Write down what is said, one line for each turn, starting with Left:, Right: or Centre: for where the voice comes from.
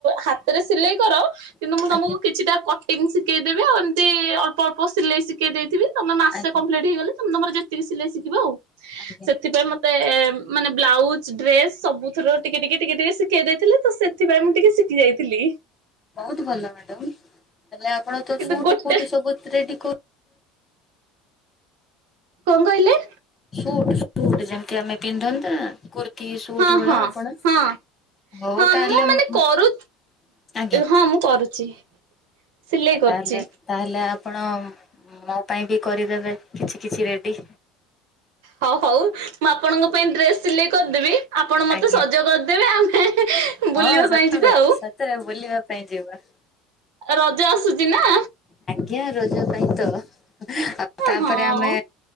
Right: ହାତରେ ସିଲେଇ କର କିନ୍ତୁ ମୁଁ ତମକୁ
Left: ଆଜ୍ଞା
Right: କିଛିଟା କଟିଂ ଶିଖେଇଦେବି ଆଉ ଏମତି ଅଳ୍ପ ଅଳ୍ପ ସିଲେଇ ସି ସିକେଇ ଦେଇଥିବି, ତମେ ମାସେ
Left: ଆଜ୍ଞା
Right: କମ୍ପ୍ଲିଟ୍ ହେଇଗଲେ ତମେ ତମର ଯେତିକି ସିଲେଇ ଶିଖିବ ଆଉ।
Left: ଆଜ୍ଞା
Right: ସେଥିପାଇଁ ମ ତେ ମାନେ ବ୍ଲାଉଜ ଡ୍ରେସ୍ ସବୁଥୁରୁ ଟିକେ ଟିକେ ଟିକେ ଟିକେ ଶିଖେଇ ଦେଇଥିଲେ। ତ ସେଥିପାଇଁ ମୁଁ ଟିକେ ଶିଖି ଯାଇଥିଲି।
Left: ବହୁତ୍ ଭଲ ମ୍ୟାଡାମ୍। ହେଲେ ଆପଣ ତ
Right: କିନ୍ତୁ
Left: ସୁଟ୍
Right: ଗୋଟେ
Left: ଫୁଟ୍ ସବୁ <unintelligible>
Right: କଣ କହିଲେ?
Left: ସୁଟ୍ ଫୁଟ୍ ଯେମତି ଆମେ ପିନ୍ଧନ୍ତା କୁର୍ତ୍ତି ସୁଟ୍
Right: ହଁ
Left: ଭଳିଆ
Right: ହଁ
Left: ଆପଣ
Right: ହଁ
Left: ହଉ
Right: ହଁ
Left: ତାହେଲେ--ଆଜ୍ଞା।
Right: ମୁଁ ମାନେ କରୁ ହଁ ମୁଁ କରୁଛି ସିଲେଇ
Left: ଆ
Right: କରୁଛି।
Left: ତାହେଲେ ତାହେଲେ ଆପଣ ମୋ ପାଇଁ ବି କରିଦେବେ କିଛି କିଛି ରେଡି।
Right: ହଉ ହଉ ମୁଁ ଆପଣଙ୍କ ପାଇଁ ଡ୍ରେସ୍ ସିଲେଇ କରିଦେବି। ଆପଣ ମତେ
Left: ଆଜ୍ଞା।
Right: ସଜ କରିଦେବେ। ଆମେ <unintelligible>
Left: ହଁ ସତରେ
Right: ପାଇଁ ଯିବା ଆଉ
Left: ସତରେ ବୁଲିବା ପାଇଁ ଯିବା।
Right: ରଜ ଆସୁଚି ନା।
Left: ଆଜ୍ଞା ରଜ ପାଇଁ ତ। ଆ ତାପରେ
Right: ହଁ
Left: ଆମେ